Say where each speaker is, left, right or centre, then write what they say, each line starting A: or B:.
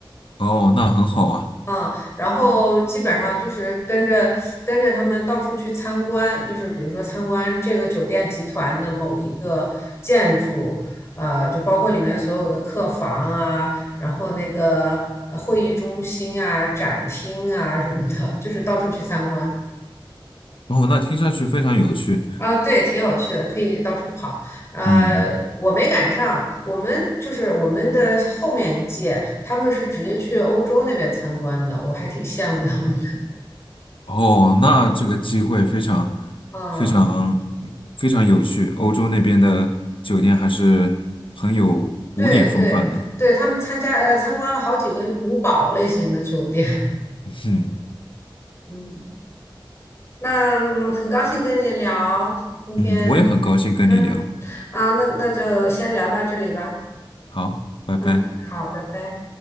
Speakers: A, on the left (about 75°); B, on the left (about 30°).
A: 哦，那很好啊。
B: 嗯，然后基本上就是跟着跟着他们到处去参观，就是比如说参观这个酒店集团的某一个建筑，呃，就包括里面所有的客房啊，然后那个呃会议中心啊、展厅啊什么的，就是到处去参观。
A: 哦，那听上去非常有趣。
B: 啊，对，挺有趣的，可以到处跑。呃，
A: 嗯嗯。
B: 我没赶上，我们就是我们的后面一届，他们是直接去欧洲那边参观的，我还挺羡慕他们的。
A: 哦，那这个机会非常
B: 嗯。
A: 非常非常有趣。欧洲那边的酒店还是很有古典风范的。
B: 对对对，他们参加呃参观了好几个古堡类型的酒店，
A: 嗯
B: <laughs> 嗯，那嗯很高兴跟你聊今天，
A: 嗯，我也很高兴跟你聊。
B: 嗯啊，那那就先聊到这里吧，
A: 好，拜拜。
B: 嗯，好，拜拜。